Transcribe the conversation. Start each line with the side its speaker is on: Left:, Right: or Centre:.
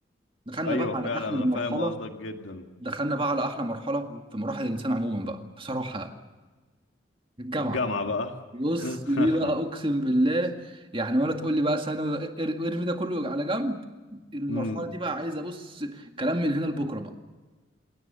Right: دخلنا
Left: ايوه
Right: بقى على
Left: فعلا
Right: احلى
Left: انا
Right: مرحله
Left: فاهم قصدك جدا
Right: دخلنا بقى على احلى مرحله في مراحل الانسان عموما بقى بصراحه الجامعه
Left: الجامعه بقى
Right: بص
Left: <laughs>
Right: دي بقى اقسم بالله يعني ولا تقول لي بقى ثانوي إر- ارمي ده كله على جنب المرحله
Left: امم
Right: دي بقى عايزه بص كلام من هنا لبكره بقى